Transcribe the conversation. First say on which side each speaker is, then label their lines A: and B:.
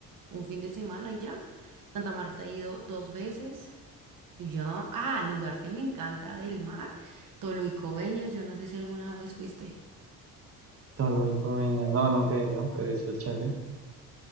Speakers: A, on the right (about 60°); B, on the right (about 40°).
A: un fin de semana y ya. Santa Marta he ido dos veces y ya. Ah, lugar que me encanta del mar, Toluicobeñas, yo no sé si alguna vez fuiste.
B: Toluico, Peña. No, nunca he ido, pero eso es chévere.